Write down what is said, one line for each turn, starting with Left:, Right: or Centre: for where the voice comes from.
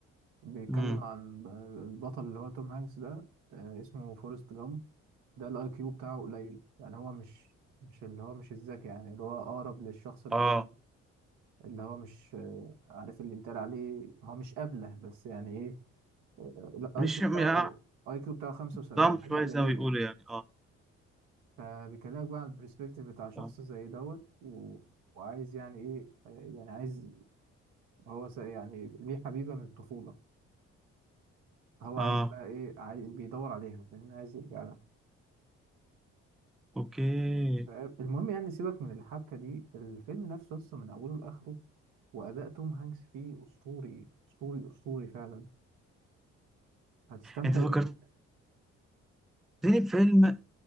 Right: بيتكلم
Centre: امم
Right: عن البطل اللي هو توم هانكس ده آه، اسمه فورست جامب ده الاي كيو بتاعه قليل يعني هو مش مش اللي هو مش الذكي يعني اللي هو اقرب للشخص اللي
Centre: اه
Right: هو اللي هو مش آه، عارف اللي بيتقال عليه هو مش ابله بس يعني ايه الاي
Centre: مش
Right: كيو بتاعه
Centre: م- آه.
Right: اي كيو بتاعه 75
Centre: ضم
Right: حاجه
Centre: شويه
Right: قليله
Centre: زي ما بيقولوا يعني اه
Right: فبيكلمك بقى عن البرسبكتيف بتاع شخص
Centre: اه
Right: زي دوت و... وعايز يعني ايه آه، يعني عايز هو س- يعني ليه حبيبه من الطفوله هو
Centre: اه
Right: عايز بقى ايه عايز بيدور عليها فاهم عايز يرجع لها
Centre: اوكي
Right: فاهم؟ المهم يعني سيبك من الحبكة دي الفيلم نفسه لسه من أوله لآخره وأداء توم هانكس فيه أسطوري أسطوري أسطوري فعلا هتستمتع
Centre: انت فكرتني
Right: بيه جدا
Centre: بفيلم